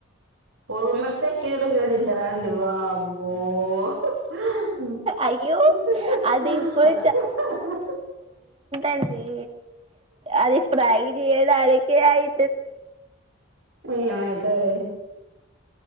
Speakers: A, on the right; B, on the right.
A: ఫోర్ మెంబర్స్ ఏ కిలోల కిలోలు తింటారా అండి వామ్మో హా
B: అయ్యో అది
A: హా
B: ఇప్పుడు
A: హా హా
B: అండి అది ఫ్రై కిరాయి కిరాయి
A: ఆ ఏమైతది